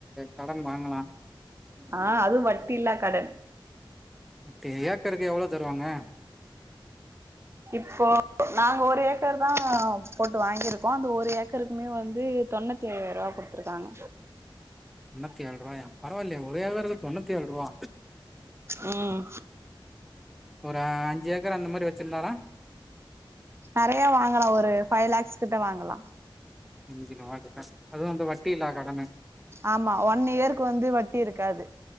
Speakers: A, in the centre; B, on the right.
A: கடன் வாங்கலா
B: ஆ அதுவு வட்டியில்லா கடன்
A: இப்ப எ ஏக்கருக்கு எவ்ளோ தருவாங்க
B: இப்போ நாங்க ஒரு ஏக்கர் தா போட்டு வாங்கிருக்கோ அந்த ஒரு ஏக்கருக்குமே வந்து தொண்ணூத்தி எழுபது ரூபா குடுத்துருக்காங்க
A: தொன்னுத்திஏழு ரூவாயா பரவா இல்லயே ஒரு ஏக்கருக்கு தொன்னுத்தி ஏழு ரூவா
B: உம்
A: ஒரு அஞ்சு ஏக்கர் அந்த மாரி வச்சிருந்தாரா
B: நெறைய வாங்கலா ஒரு ஃபைவ் லேக்ஸ் கிட்ட வாங்கலா
A: அஞ்சுணா கிட்ட அது வந்து வட்டி இல்லா கடனு
B: ஆமா ஒன் இயருக்கு வந்து வட்டி இருக்காது